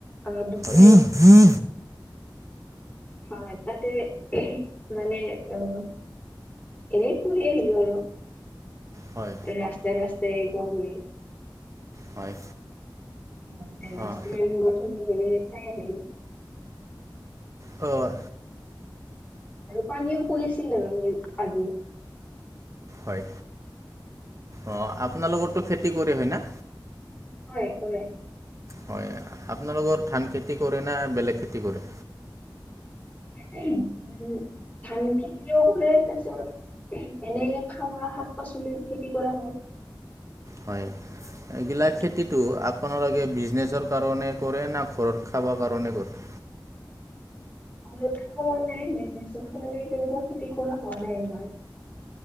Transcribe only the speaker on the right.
হয়।
হয়।
হয়।
অঁ
হয়।
হয়, অ' আপোনালোকৰটো খেতি কৰে হয় না?
হয়, আপোনালোকৰ ধান খেতি কৰে নে, বেলেগ খেতি কৰে?
হয়, এইগিলা
খেতিটো আপ আপোনালোকে বিজনেছৰ কাৰণে কৰে না, ঘৰত খাবৰ কাৰণে কৰে?